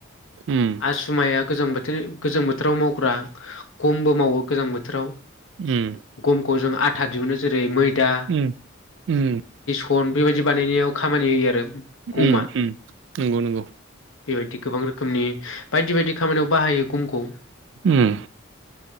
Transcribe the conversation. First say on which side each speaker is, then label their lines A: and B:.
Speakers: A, on the right (about 65°); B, on the left (about 75°).
A: उम
B: आसु माइया गोजां बोथोर गोजां बोथोराव मावग्रा गमबो मावो गोजां बोथोराव
A: उम
B: गमखौ जों आथा दिहुनो जेरै मैदा
A: उम उम उम
B: फन बेबायदि बानायनायाव खामानि होयो आरो
A: उम
B: गमा
A: उम नंगौ नंगौ
B: बेबायदि गोबां रोखोमनि बायदि बायदि खामानियाव बाहायो गमखौ
A: उम